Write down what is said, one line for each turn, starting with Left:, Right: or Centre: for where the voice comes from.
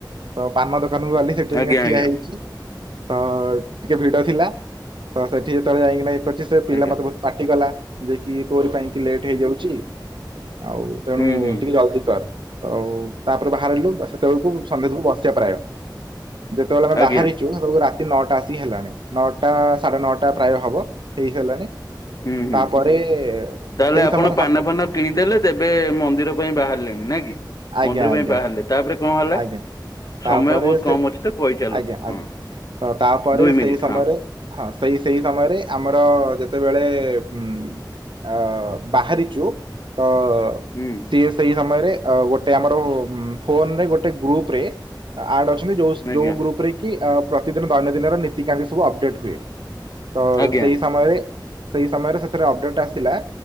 Right: ତ ପାନ ଦୋକାନକୁ ଗଲି ସେଠି
Left: ଆଜ୍ଞା
Right: ଯାଇ
Left: ଆଜ୍ଞା
Right: ଠିଆ
Left: ଆଜ୍ଞା ହୁଁ
Right: ହେଇଛି ତ-ଅ-ଅ-ଅ ଟିକେ ଭିଡ ଥିଲା ତ ସେଠି ଯେତେବେଳେ ଯାଇକିନା ଇଏ କରିଛି ସେ
Left: ଆଜ୍ଞା
Right: ପିଲା ମତେ ବହୁତ ପାଟିକଲା ଯାଇକି ତୋରି ପାଇଁ କି ଲେଟ୍ ହେଇଯାଉଛି ଆଉ ତେଣୁ
Left: ହୁଁ ହୁଁ ହୁଁ
Right: ଟିକେ ଜଲଦି କର। ଆଉ ତାପରେ ବାହାରିଲୁ ସେତେବେଳକୁ ସନ୍ଧ୍ୟା ସବୁ ବସିବା ପ୍ରାୟ ଯେତେବେଳେ
Left: ଆଜ୍ଞା
Right: ଆମେ ବାହାରିଛୁ
Left: ଆଜ୍ଞା
Right: ସେବେଳକୁ ରା ତି ନଅଟା ଆସିିକି ହେଲାଣି ନଅଟା ସାଢେ ନଅଟା ପ୍ରାୟ ହବ ହେଇସାଲାଣି।
Left: ହୁଁ ହୁଁ
Right: ତାପରେ-ଏ-ଏ-ଏ
Left: ତାହେଲେ
Right: ସେଇ
Left: ଆପଣ
Right: ସମୟରେ
Left: ପାନ
Right: ହଠାତ୍
Left: ଫାନ କିଣିଦେଲେ ତେବେ ମନ୍ଦିର ପାଇଁ ବାହାରିଲେଣି ନାଇ କି
Right: ଆଜ୍ଞା
Left: ମନ୍ଦିର ପାଇଁ
Right: ଆଜ୍ଞା
Left: ବାହାରିଲେ। ତାପରେ କଣ ହେଲା?
Right: ଆଜ୍ଞା
Left: ସମୟ
Right: ତାପରେ
Left: ବହୁତ କମ
Right: ସେ
Left: ଅଛି ତ କହିଚାଲନ୍ତୁ
Right: ଆଜ୍ଞା ଆଜ୍ଞା
Left: ହଁ
Right: ତ ତାପରେ
Left: ଦୁଇ
Right: ସେଇ
Left: ମିନିଟ
Right: ସମୟରେ
Left: ହଁ।
Right: ହଁ ସେଇ ସେଇ ସମୟରେ ଆମର-ଅ-ଅ ଯେତେବେଳେ-ଏ-ଏ ଉମ୍ ଅ ବାହାରିଛୁ ତ
Left: ହୁଁ।
Right: ସିଏ ସେଇ ସମୟରେ ଅ ଗୋଟେ ଆମର ଫୋନରେ ଗୋଟେ ଗ୍ରୁପ ରେ ଆ ଆଡ ଅଛନ୍ତି ଯୋଉ
Left: ଆଜ୍ଞା
Right: ଯୋଉ ଗ୍ରୁପ ରେ କି ଅ ପ୍ରତିଦିନ ଦୈନନ୍ଦିନର ନୀତିକାର୍ଯ୍ୟ ସବୁ ଅପଡେଟ୍ ହୁଏ। ତ
Left: ଆଜ୍ଞା
Right: ସେଇ ସମୟରେ ସେଇ ସମୟରେ ସେଥିରେ ଅପଡେଟ ଆସିଲା